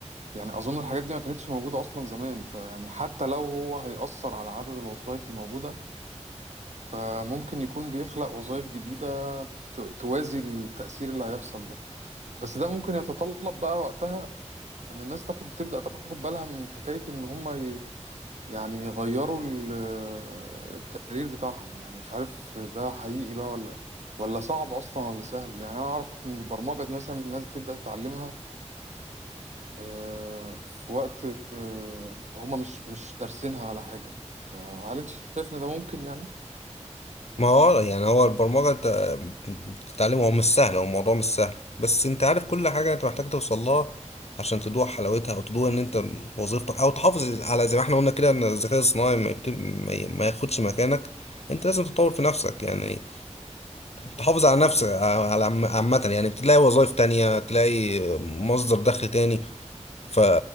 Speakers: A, on the right (about 70°); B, on the left (about 60°).
A: يعني اظن الحاجات دي ما كانتش موجوده اصلا زمان فيعني حتى لو هو هيأثر على عدد الوظائف الموجوده فممكن يكون بيخلق وظائف جديدة ت- توازي التأثير اللي هيحصل ده بس ده ممكن يتطلب بقى وقتها ان الناس تاخد تبدأ تاخد بالها من حكاية ان هم ي... يعني يغيروا ال... الكارير بتاعهم يعني مش عارف ده حقيقي بقى ولا ولا صعب اصلا ولا سهل يعني انا اعرف ان البرمجة دي مثلا الناس بتبدأ تتعلمها آه، في وقت آه، هم مش مش دارسينها ولا حاجة فهل انت شايف ان ده ممكن يعني
B: ما هو يعني هو البرمجة انت بتتعلمه هو مش سهل هو الموضوع مش سهل بس انت عارف كل حاجة انت محتاج توصل لها عشان تدوق حلاوتها او تدوق ان انت وظيفتك او تحافظ على زي ما احنا قلنا كده ان الذكاء الصناعي ما, يبت... ما ي- ما ياخدش مكانك انت لازم تطور في نفسك يعني تحافظ على نفسك آه، على عم- عامة يعني تلاقي وظائف تانية تلاقي مصدر دخل تاني ف